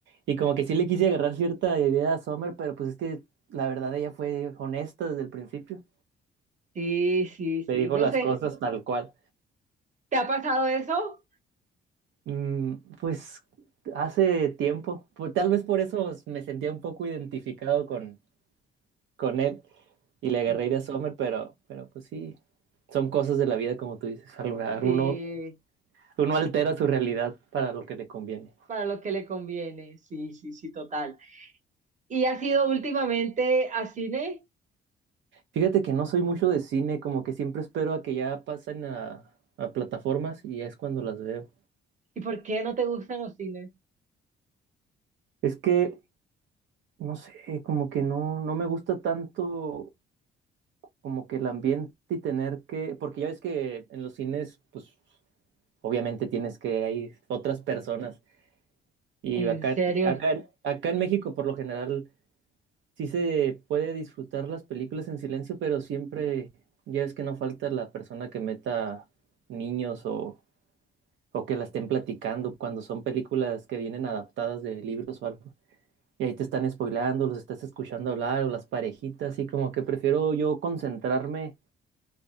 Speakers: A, on the right; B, on the right.
A: Y como que sí le quise agarrar cierta idea a Summer, pero pues es que la verdad ella fue honesta desde el principio.
B: Sí, sí, sí.
A: Le dijo
B: Yo
A: las
B: sé,
A: cosas tal cual.
B: ¿te ha pasado eso?
A: Mm, pues hace tiempo, por- tal vez por eso me sentía un poco identificado con, con él y le agarré
B: Mm.
A: de Sommer, pero, pero pues sí, son cosas de la vida como tú dices, Al-
B: Sí,
A: uno, uno altera su realidad para lo que le conviene.
B: para lo que le conviene, sí, sí, sí, total. ¿Y has ido últimamente a cine?
A: Fíjate que no soy mucho de cine, como que siempre espero a que ya pasen a, a plataformas y es cuando las veo.
B: ¿Y por qué no te gustan los cines?
A: Es que, no sé, como que no, no me gusta tanto como que el ambiente y tener que, porque ya ves que en los cines, pues obviamente tienes que, hay otras personas y
B: ¿En
A: acá,
B: serio?
A: acá, acá en México por lo general sí se puede disfrutar las películas en silencio, pero siempre ya ves que no falta la persona que meta niños o, o que la estén platicando cuando son películas que vienen adaptadas de libros o algo. Y ahí te están spoileando, los estás escuchando hablar o las parejitas, y como que prefiero yo concentrarme